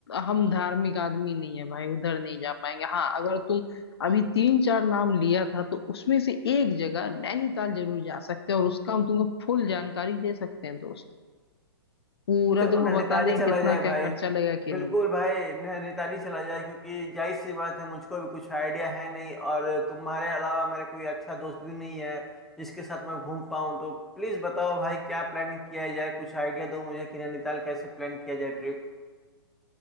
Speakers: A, on the left (about 70°); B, in the centre.
A: हम धार्मिक आदमी नहीं है भाई उधर नहीं जा पाएंगे हाँ अगर तुम अभी तीन चार नाम लिया था तो उसमें से एक जगह नैनीताल जरूर जा सकते हैं और उसका हम तुमको फुल जानकारी दे सकते हैं दोस्त पूरा
B: चलो
A: तुमको
B: नैनीताल
A: बता दें
B: ही चला
A: कितना
B: जाए भाई
A: क्या खर्चा लगेगा कि
B: बिल्कुल
A: नहीं
B: भाई नैनीताल ही चला जाए क्योंकि जाहिर सी बात है मुझको भी कुछ आइडिया है नहीं और तुम्हारे अलावा मेरा कोई अच्छा दोस्त भी नहीं है जिसके साथ मैं घूम पाऊँ तो प्लीज़ बताओ भाई क्या प्लानिंग किया जाए कुछ आइडिया दो मुझे कि नैनीताल कैसे प्लान किया जाए ट्रिप